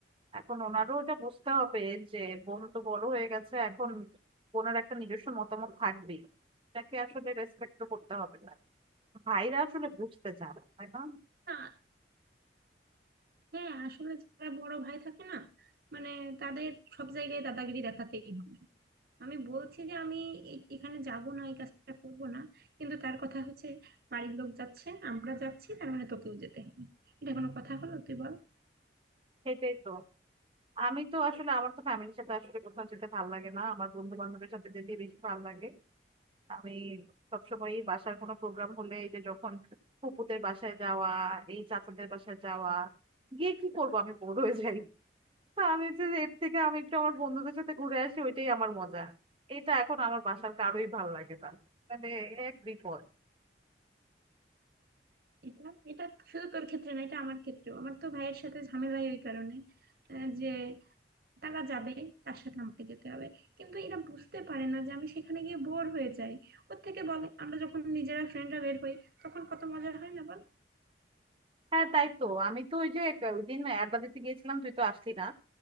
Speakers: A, on the right (about 30°); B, on the right (about 55°).
A: এখন ওনারও এটা বুঝতে হবে যে বোন তো বড় হয়ে গেছে এখন বোনের একটা নিজস্ব মতামত থাকবেই তাকে আসলে রেসপেক্ট তো করতে হবে না ভাইরা আসলে বুঝতে চায় না তাই না
B: না হ্যাঁ আসলে যারা বড় ভাই থাকে না মানে তাদের সব জায়গায় দাদাগিরি দেখাতেই হবে আমি বলছি যে আমি এ- এখানে যাব না এই কাজটা করব না কিন্তু তার কথা হচ্ছে বাড়ির লোক যাচ্ছে আমরা যাচ্ছি তার মানে তোকেও যেতে হবে এটা কোনো কথা হলো তুই বল
A: সেটাই তো আমি তো আসলে আমার তো ফ্যামিলির সাথে আসলে কোথাও যেতে ভালো লাগে না আমার বন্ধু বান্ধবের সাথে যেতে বেশি ভালো লাগে আমি সবসময়ই বাসার কোনো প্রোগ্রাম হলে এই যে যখন ফুপুদের বাসায় যাওয়া এই চাচাদের বাসায় যাওয়া গিয়ে কি করবো আমি বোর হয়ে যাই তা আমি হচ্ছে যে এর থেকে আমি একটু আমার বন্ধুদের সাথে ঘুরে আসি ওইটাই আমার মজা এটা এখন আমার বাসার কারোই ভালো লাগে না মানে এক বিপদ
B: এটা এটা শুধু তোর ক্ষেত্রে না এটা আমার ক্ষেত্রেও আমার তো ভাইয়ের সাথে ঝামেলাই ওই কারণে আহ, যে তারা যাবে তার সাথে আমাকে যেতে হবে কিন্তু এরা বুঝতে পারে না যে আমি সেখানে গিয়ে বোর হয়ে যাই ওর থেকে বলে আমরা যখন নিজেরা ফ্রেন্ডরা বের হই তখন কত মজা হয় না বল
A: হ্যাঁ তাই তো আমি তো ওই যে এক- ওই দিন আড্ডা দিতে গিয়েছিলাম তুই তো আসলি না